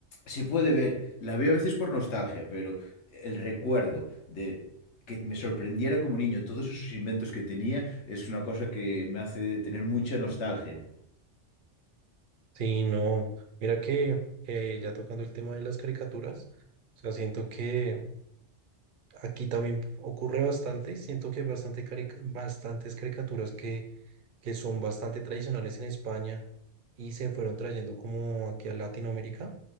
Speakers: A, on the left (about 70°); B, on the right (about 55°).
A: se puede ver. La veo a veces por nostalgia, pero el recuerdo de que me sorprendiera como niño todos esos inventos que tenía es una cosa que me hace tener mucha nostalgia.
B: Sí, no. Mira que eh, ya tocando el tema de las caricaturas, o sea, siento que Aquí también ocurre bastante, siento que hay bastante carica- bastantes caricaturas que, que son bastante tradicionales en España y se fueron trayendo como aquí a Latinoamérica,